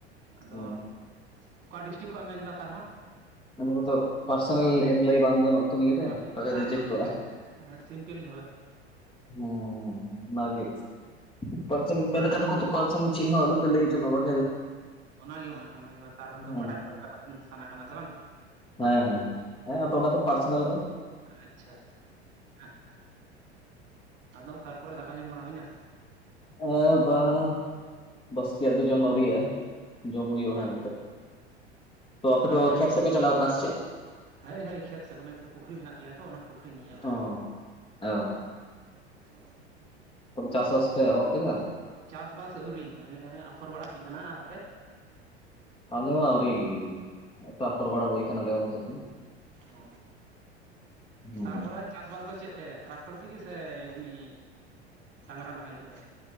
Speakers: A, on the right; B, on the left.
A: ᱟᱫᱚ
B: ᱚ,
A: ᱚᱠᱟ ᱰᱤᱥᱴᱤᱠ ᱠᱷᱚᱡ ᱮᱢ ᱢᱮᱱᱫᱟ ᱛᱟᱣᱨᱮᱦᱚᱸ?
B: ᱚᱱᱟ ᱠᱚᱫᱚ ᱯᱟᱨᱥᱚᱱᱟᱞ ᱮᱢ‌ ᱞᱟᱹᱭ ᱵᱟᱝ ᱜᱟᱱᱚᱜᱼᱟ ᱛᱚ ᱱᱤᱭᱟᱹ
A: ᱦᱳᱭ
B: ᱨᱮ ᱴᱟᱠᱟ
A: ᱛᱟᱨᱦᱚᱸ
B: ᱨᱤᱡᱮᱠᱴᱚᱜᱼᱟ
A: ᱢᱤᱫᱴᱟᱝ
B: ᱾
A: ᱥᱤᱢᱯᱤᱞ ᱜᱮ
B: ᱚ ᱚᱱᱟᱜᱮ ᱯᱟᱪᱮ ᱢᱮᱱ ᱠᱟᱫᱟ ᱠᱚᱛᱚ ᱯᱟᱨᱥᱚᱱᱟᱞ ᱪᱮᱫ ᱦᱚ ᱟᱞᱚᱯᱮ ᱞᱟᱹᱭ ᱡᱚᱡᱚᱜ ᱟ ᱾
A: ᱚᱱᱟᱜᱮ ᱢᱟ ᱚᱱᱟᱜᱮ ᱢᱟ ᱛᱟᱣᱨᱮᱦᱚᱛᱚ
B: ᱦᱩᱸ
A: ᱵᱟᱲᱟᱭ ᱫᱚᱨᱠᱟᱨ ᱥᱟᱱᱟ ᱠᱟᱱᱟ ᱥᱮ ᱵᱟᱝ?
B: ᱦᱮᱸ ᱦᱮᱸ ᱦᱮᱸ ᱟᱫᱚ ᱚᱱᱟ ᱫᱚ ᱯᱟᱨᱥᱚᱱᱟᱞ ᱨᱮ ᱾
A: ᱟᱪᱪᱷᱟ ᱦᱮᱸ ᱦᱮᱸ ᱟᱫᱚ ᱛᱟᱨᱯᱚᱨᱮ ᱫᱟᱠᱟ ᱡᱚᱢ ᱵᱟᱲᱟ ᱦᱳᱭᱱᱟ?
B: ᱮ ᱵᱟᱝ ᱵᱟᱥᱠᱮᱭᱟᱜ ᱫᱚ ᱡᱚᱢ ᱟᱹᱣᱨᱤᱭᱟᱜᱼᱟ ᱾ ᱡᱚᱢ ᱦᱩᱭᱩᱜᱼᱟ ᱦᱟᱸᱜ ᱱᱤᱛᱟᱹᱜ ᱾ ᱛᱚ ᱟᱯᱮ
A: ᱟᱨ
B: ᱫᱚ
A: ᱪᱟ
B: ᱠᱷᱮᱛ ᱥᱮᱫ ᱯᱮ ᱪᱟᱞᱟᱣ ᱠᱟᱱᱟ ᱪᱮᱫ?
A: ᱦᱳᱭ ᱦᱳᱭ ᱠᱷᱮᱛ ᱥᱮ ᱢᱟᱱᱮ ᱢᱤᱫᱴᱮᱱ ᱯᱩᱠᱷᱨᱤ ᱢᱮᱱᱟᱜ ᱛᱟᱞᱮᱭᱟ ᱛᱚ ᱚᱱᱟ ᱯᱩᱠᱷᱨᱤ ᱧᱮᱧᱮᱞ ᱟᱨᱠᱤ
B: ᱚ
A: ᱾
B: ᱚ
A: ᱚ
B: ᱛᱚᱵᱮ ᱪᱟᱥ ᱵᱟᱥ ᱯᱮ ᱮᱦᱚᱵ ᱠᱮᱫᱟ?
A: ᱪᱟᱥᱵᱟᱥ ᱟᱹᱣᱨᱤ ᱢᱟᱱᱮ ᱟᱯᱷᱚᱨ ᱵᱟᱲᱟ ᱦᱩᱭ ᱠᱟᱱᱟ ᱟᱨ ᱟᱯᱮ
B: ᱟᱞᱮ ᱦᱚᱸ ᱟᱹᱣᱨᱤ <unintelligible> ᱵᱟᱲᱟ ᱦᱩᱭ ᱠᱟᱱᱟᱞᱮ ᱚᱱᱟ <unintelligible>
A: ᱚ
B: ᱦᱩᱸ᱾
A: ᱛᱟᱨᱯᱚᱨᱮ ᱪᱟᱥᱵᱟᱥ ᱫᱚ ᱪᱮᱫ ᱛᱮ ᱴᱨᱟᱠᱴᱚᱨ ᱛᱮᱜᱮ ᱥᱮ ᱮᱢᱱᱤ ᱰᱟᱝᱨᱟ ᱱᱟᱦᱮᱞ ᱠᱚᱛᱮ